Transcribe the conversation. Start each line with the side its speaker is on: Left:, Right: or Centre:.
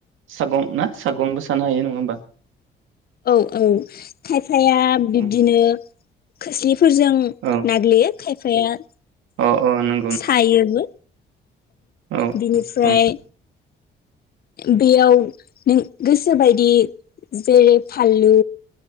Right: सागं ना सागंबो सानो हायो नङा होमबा?
Left: औ औ थायब फाया बिब्दिनो
Right: औ
Left: खोस्लिसे फोरजों
Right: औ
Left: नाग्लियो। खायफाया
Right: अ अ नंगौ
Left: सायोबो
Right: औ
Left: बिनिफ्राय।
Right: औ
Left: बेयाव नों गोसोबायदि जेरै फानलु